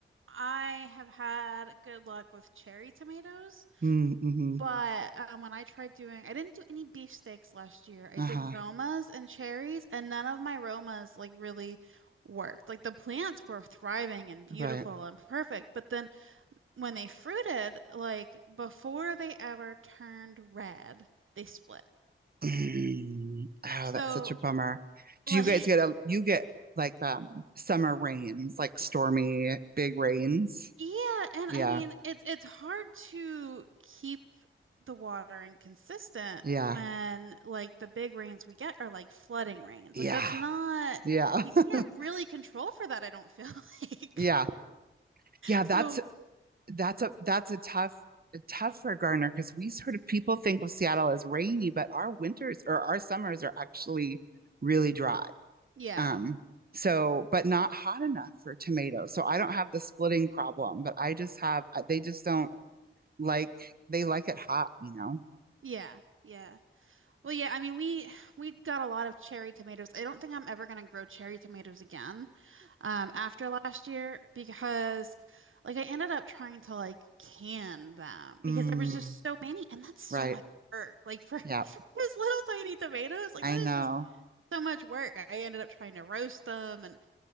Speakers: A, on the right; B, on the right.
A: I have had good luck with cherry tomatoes,
B: Mm-hmm.
A: but um, when I tried doing, I didn't do any beefsteaks last year. I
B: Uh-huh.
A: did Romas and cherries, and none of my Romas like really worked. Like the plants were thriving and beautiful
B: Right.
A: and perfect, but then when they fruited, like before they ever turned red, they split.
B: Mm. Oh,
A: So
B: that's such a bummer. Do
A: like
B: you guys get
A: <laughs>
B: a you get like um summer rains, like stormy big rains?
A: Yeah, and
B: Yeah.
A: I mean it's it's hard to keep the watering consistent
B: Yeah.
A: when like the big rains we get are like flooding rains.
B: Yeah.
A: Like that's not
B: Yeah.
A: you can't
B: <laughs>
A: really control for that, I don't feel <laughs> like.
B: Yeah. Yeah, that's
A: So,
B: that's a that's a tough tough for Garner because we sort of people think of Seattle as rainy, but our winters or our summers are actually really dry.
A: yeah.
B: Um so but not hot enough for tomatoes. So I don't have the splitting problem, but I just have I- they just don't like they like it hot, you know?
A: Yeah. Yeah. Well, yeah, I mean we we got a lot of cherry tomatoes. I don't think I'm ever gonna grow cherry tomatoes again um, after last year because like I ended up trying to like can them
B: Mm,
A: because there was just so many and that's so
B: right.
A: much work. Like for, <laughs>
B: Yeah.
A: for those little tiny tomatoes, like
B: I
A: that
B: know.
A: is just so much work. I ended up trying to roast them and